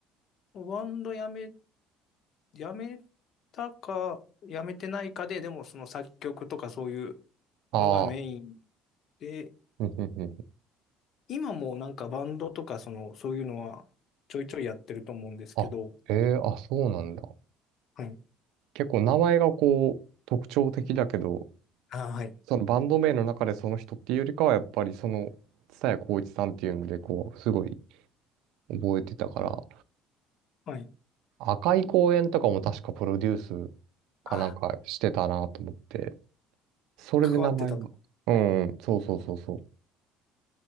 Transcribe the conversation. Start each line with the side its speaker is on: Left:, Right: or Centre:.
Left: バンドやめ、やめたか、やめてないかで、でもその作曲とかそういう
Right: ああ、
Left: のがメインで、
Right: うんうんうんうん。
Left: 今もなんかバンドとかその、そういうのはちょいちょいやってると思うんですけど、
Right: あ、へえ、あ、そうなんだ。
Left: はい。
Right: 結構名前がこう、特徴的だけど、
Left: あ、はい。
Right: そのバンド名の中でその人っていうよりかは、やっぱりその、蔦谷好位置さんっていうので、こう、すごい覚えてたから、
Left: はい。
Right: 赤い公園とかも確かプロデュースかなんかしてたなと思って、
Left: あ、
Right: それで名前が。
Left: 関わってたと思う。
Right: うんうん、
Left: はい。
Right: そうそうそうそ